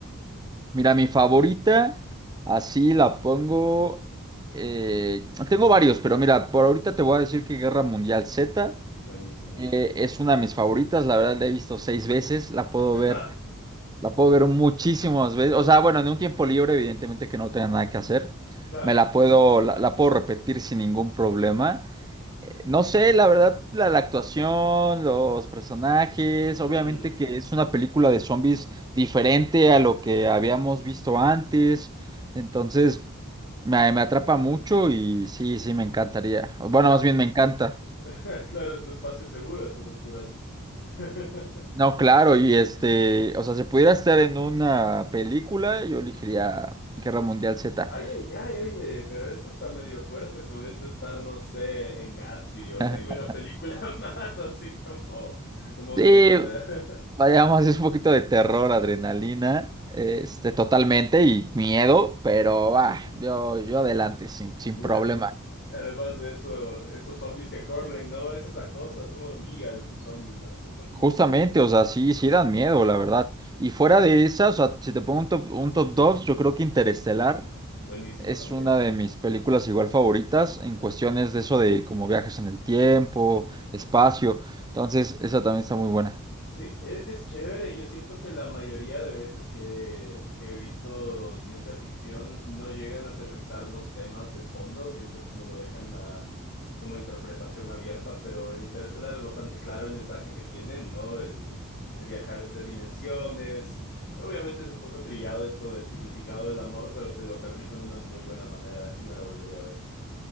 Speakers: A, on the right (about 20°); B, on the left (about 50°).
A: Mira, mi favorita, así la pongo. eh, tengo varios, pero mira, por ahorita te voy a decir que Guerra Mundial Z
B: buenísima.
A: eh, es una de mis favoritas. La verdad la he visto seis veces, la puedo
B: <laughs>
A: ver, la puedo ver muchísimas veces. O sea, bueno, en un tiempo libre, evidentemente que no tenga nada que hacer,
B: Claro,
A: me la puedo, la, la puedo repetir sin ningún problema. No sé, la verdad, la, la actuación, los personajes, obviamente
B: mm,
A: que es una película de zombies diferente a lo que habíamos visto antes, entonces me, me atrapa mucho y sí, sí, me encantaría. Bueno,
B: claro,
A: más
B: es,
A: bien me encanta.
B: <laughs> claro, es tu espacio seguro a estas alturas. <laughs>
A: No, claro, y este, o sea, si pudiera estar en una película, yo elegiría Guerra Mundial Z.
B: Oye, ya, oye, pero eso está medio fuerte, pudiendo estar, no sé, en Gatsby o
A: <laughs>
B: en alguna película <laughs> más, así como, como
A: Sí,
B: tranquila. <laughs>
A: Vayamos, es un poquito de terror, adrenalina, este, totalmente y miedo, pero
B: Sí,
A: va,
B: sí.
A: yo, yo adelante, sin, sin
B: Y
A: problema.
B: a- además de eso, esos zombies que corren, no, esa es la cosa, son hormigas esos zombies, man, son rapidísimos.
A: Justamente, o sea, sí, sí dan miedo, la verdad. Y fuera de esas, o sea, si te pongo un top, un top 2, yo creo que Interestelar
B: Buenísima
A: es
B: también.
A: una de mis películas igual favoritas en cuestiones de eso de como viajes en el tiempo, espacio. Entonces, esa también está muy buena.
B: Sí, es, es chévere. Yo siento que la mayoría de veces que, que he visto ciencia ficción no llegan a aterrizar los temas de fondo, siempre es como lo dejan a, como interpretación abierta, pero en Interestelar es bastante claro el mensaje que tienen, ¿no? El, el viajar entre dimensiones. Obviamente es un poco trillado esto del significado del amor, pero te lo aterrizan de una muy buena manera, así me la volvería a ver.